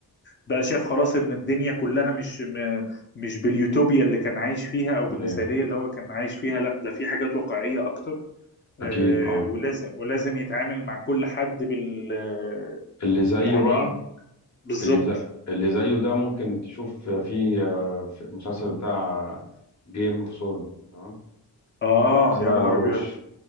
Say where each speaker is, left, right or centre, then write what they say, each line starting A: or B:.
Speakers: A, on the left; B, on the left.
A: بقى شاف خلاص إن الدنيا كلها مش م- مش باليوتوبيا اللي كان عايش فيها أو
B: م-
A: بالمثالية
B: ايه
A: اللي هو كان عايش فيها لا ده في حاجات واقعية أكتر آه،
B: اكيد اه
A: ولازم ولازم يتعامل مع كل حد بال آه،
B: اللي زيه
A: يعني
B: بقى
A: بالظبط
B: اللي زي اللي زيه ده ممكن تشوف في آه، في المسلسل بتاع جيم اوف ثرون تمام
A: آه
B: اللي هو صراع
A: يا نهار
B: العروش
A: أبيض